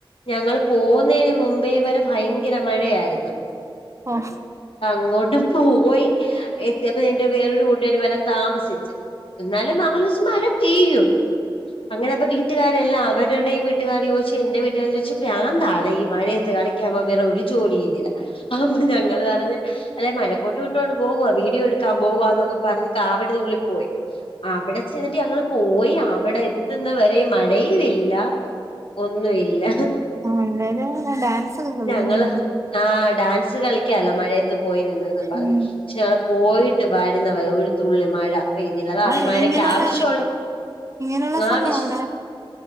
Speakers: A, on the left; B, on the right.
A: ഞങ്ങൾ പോകുന്നതിന് മുമ്പേ വരെ ഭയങ്കര മഴയായിരുന്നു
B: ആ-
A: അങ്ങോട്ടും പോയി എത്തിയപ്പോ എന്റെ വേറൊരു കൂട്ടുകാരി വരാൻ താമസി എന്നാലും <unintelligible> മഴ പെയ്യും അങ്ങനെ അപ്പോ വീട്ടുകാരെല്ലാം അവരുടെയും <unintelligible> ചോദിചു എന്റെ വീട്ടുകാരും ചോദിച്ചു പ്രാന്താണോ ഈ മഴയത്ത് കളി <unintelligible> വേറെ ഒരു ജോലിയും ഇല്ല <unintelligible> ഞങ്ങള് പറഞ് അതെ മഴക്കോട്ട്ട്ടോണ്ട് പോവാ വീഡിയോ എടുക്കാൻ പോകുവാ എന്നൊക്കെ പറഞ് കാവടി തുള്ളി പോയി അവിടെ ചെന്നിട്ട് ഞങ്ങള് പോയി അവിടെ <unintelligible> വരെ മഴയും ഇല്ല ഒന്നുമില്ല
B: എല്ലാരും അങ്ങനെ ഡാൻസ് ഒക്കെ കളിക്കും
A: ഞങ്ങള് ആ ഡാൻസ് കളിക്കാലോ മഴയത്ത് <unintelligible> പക്ഷെ
B: ഉം
A: ഞങ്ങൾ പോയിട്ട് വരുന്നവ തുള്ളി മഴ പെയ്തില്ല അതാ
B: അത്
A: ഈ മഴക്ക്
B: ഇങ്ങനെയുള്ള
A: ആവശ്യുള്ള
B: ഇങ്ങനെയുള്ള സ്ഥലം
A: ആവശ്യ
B: അവിടെ